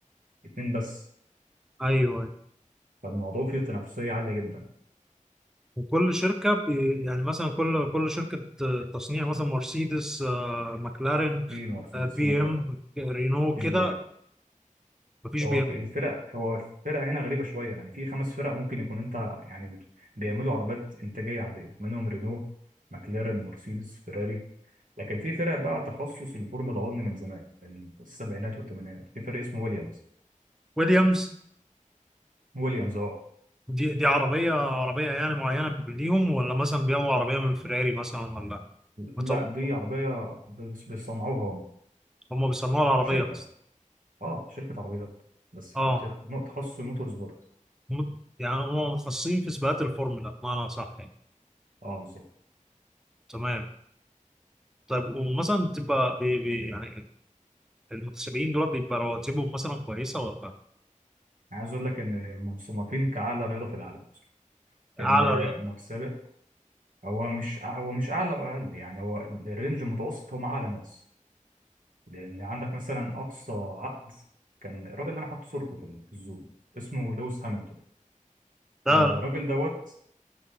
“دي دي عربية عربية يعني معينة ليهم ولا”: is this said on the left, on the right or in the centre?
Centre